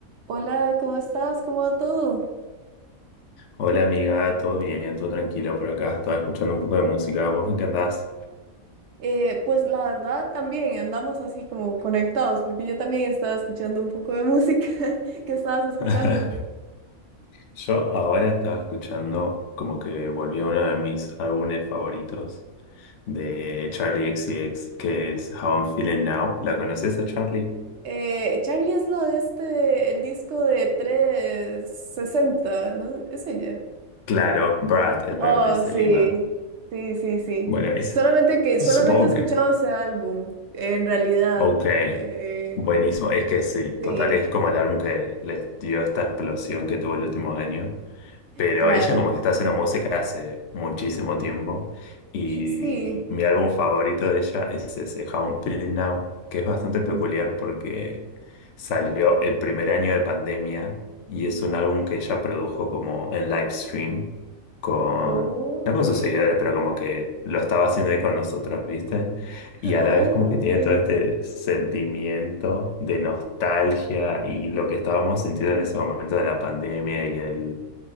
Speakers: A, on the right; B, on the left.
A: Hola, ¿cómo estás? ¿Cómo va todo?
B: Hola amiga, todo bien, todo tranquilo por acá. Estaba escuchando un poco de música. ¿Vos en qué andás?
A: Eh, pues la verdad también andamos así como conectados, porque yo también estaba escuchando un poco de música <laughs> que estabas escuchando.
B: <laughs> Yo ahora estaba escuchando como que volví a uno de mis álbumes favoritos de Charlie X C X, que es How I'm Feeling Now. ¿La conoces a Charlie?
A: Eh, Charlie es la de este, el disco de 360, ¿no? ¿Es ella?
B: Claro, Brad, el
A: Oh,
B: verde de Selima.
A: sí, sí, sí, sí.
B: Bueno, es,
A: Solamente que solamente
B: supongo
A: he escuchado
B: que...
A: ese álbum, en realidad.
B: Ok,
A: Eh,
B: buenísimo. Es que sí, total,
A: sí,
B: es como el álbum que les dio esta explosión que tuvo el último año. Pero
A: claro.
B: ella como que está haciendo música hace muchísimo tiempo y
A: Sí.
B: mi álbum favorito de ella es ese How I'm Feeling Now, que es bastante peculiar
A: pues,
B: porque salió el primer año de pandemia y es un álbum que ella produjo como en live stream con,
A: oh,
B: no con
A: ok.
B: sus seguidores, pero como que lo estaba haciendo ahí con nosotros, ¿viste? Y a
A: Oh,
B: la vez como que tiene
A: qué
B: todo este
A: bonito.
B: sentimiento de nostalgia y lo que estábamos sintiendo en ese momento de la pandemia y el